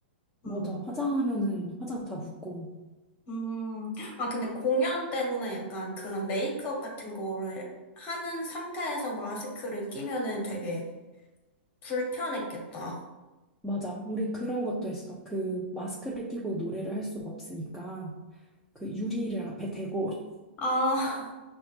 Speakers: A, in the centre; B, on the left (about 25°).
A: 맞아.
B: 음.
A: 화장하면은 화장 다 묻고
B: 음. 아, 근데 공연 때문에 약간 그런 메이크업 같은 거를 하는 상태에서 마스크를 끼면은 되게 불편했겠다.
A: 맞아. 우리 그런 것도 했어. 그 마스크를 끼고 노래를 할 수가 없으니까. 그 유리를 앞에 대고 <laughs>
B: 아,